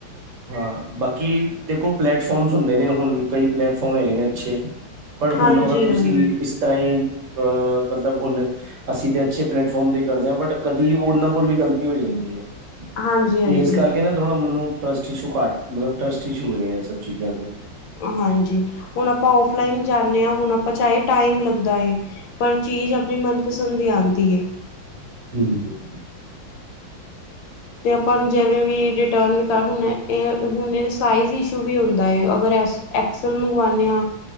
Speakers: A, on the right; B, on the left.
A: ਹਾਂ, ਬਾਕੀ ਦੇਖੋ ਪਲੇੈਟਫੋਮਸ ਹੁੰਦੇ ਨੇ, ਹੁਣ ਕਈ ਪਲੇਟਫੋਮ ਹੈਗੇ ਨੇ ਅੱਛੇ। ਪਰ
B: ਹਾਂਜੀ-ਹਾਂਜੀ।
A: ਹੁਣ ਅਗਰ ਤੁਸੀਂ ਇਸ ਤਰ੍ਹਾਂ ਈ, ਅਹ ਮਤਲਬ ਹੁਣ ਅਸੀਂ ਤੇ ਅੱਛੇ ਪਲੇਟਫੋਮ ਤੇ ਕਰਦੇ ਆ, ਬਟ ਕਦੀ ਉਹਨਾਂ ਕੋਲ ਵੀ ਗ਼ਲਤੀ ਹੋ ਜਾਂਦੀ ਐ।
B: ਹਾਂਜੀ-ਹਾਂਜੀ,
A: ਤੇ ਇਸ ਕਰਕੇ
B: ਹਾਂਜੀ। ਹਾਂਜੀ
A: ਨਾ ਥੋੜ੍ਹਾ ਮੈਨੂੰ ਟਰੱਸਟ ਇਸ਼ੂ ਕੱਟ, ਮਤਲਬ ਟਰੱਸਟ ਇਸ਼ੂ ਹੋਏ ਐ, ਇਹ ਸਭ ਚੀਜ਼ਾਂ ਤੋ।
B: ਹਾਂਜੀ, ਹੁਣ ਆਪਾਂ ਉ ਫਲਾਈਨ ਜਾਂਨੇ ਆ, ਹੁਣ ਆਪਾਂ ਚਾਹੇ ਟਾਈਮ ਲੱਗਦਾ ਏ, ਪਰ ਚੀਜ਼ ਆਪਣੀ ਮਨਪਸੰਦ ਦੀ ਆਦੀ ਏ।
A: ਹੂੰ ਮ ਮ
B: ਤੇ ਆਪਾਂ ਜਿਵੇਂ ਵੀ ਰਿਟਰਨ ਵੀ ਕਰ ਹੁਨੇ, ਇਹ ਹੁਣ ਸਾਈਜ਼ ਇਸ਼ੂ ਵੀ ਹੁੰਦਾ ਐ, ਅਗਰ ਅਸ ਐਕਸਲ ਮੰਗਵਾਨੇ ਆ